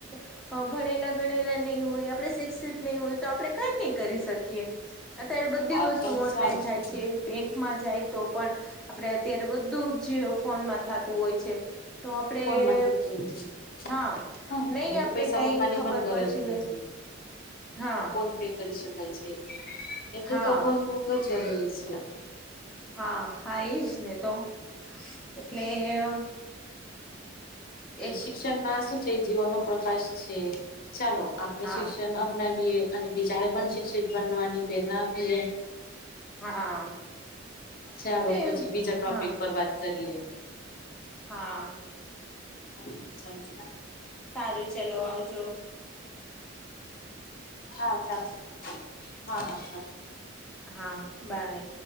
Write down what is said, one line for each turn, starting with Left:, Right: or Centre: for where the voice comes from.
Centre: અ ભણેલા ગણેલા નહીં હોય આપણે શિક્ષિત નહી હોય તો આપડણે કઈ નહી કરી શકીએ. અત્યારે બધી
Left: આ
Centre: વસ્તુ
Left: તમે
Centre: ઓનલાઈન
Left: સારું
Centre: થાય છે બેંકમાં જાય તો પણ. આપડ અત્યારે બધું જ ફોનમાં થતું હોય છે, તો આપણેે
Left: ફોનમાં થતું હતું
Centre: હા,
Left: હા
Centre: નહી
Left: હવે તો
Centre: આપને
Left: પૈસા
Centre: કઈ
Left: મુકવાની
Centre: ખબર
Left: પણ ગરજ
Centre: પડતી
Left: નથી
Centre: હોય. હા
Left: ફોન પે કરી શકાય છે, એટલ
Centre: હા
Left: તો ભણવું તો જરૂરી છે.
Centre: હા હા એજ ને તો. એટલે, એક
Left: છે શિક્ષણ ના શું છે જીવન નો પ્રકાશ છે, ચાલો આપણે
Centre: હા
Left: શિક્ષણ અપનાવીએ અને બીજાને પણ શિક્ષિત બનવાની પ્રેરણા આપીએે.
Centre: હા,
Left: ચાલો
Centre: એ
Left: પછી બીજા ટોપિક
Centre: હા.
Left: પર વાત કરીએ
Centre: હા.
Left: ચાલસ.
Centre: સારું ચલો આવજો.
Left: હા ચાલશેાલ હા, હા ચાલ.
Centre: હા બાય.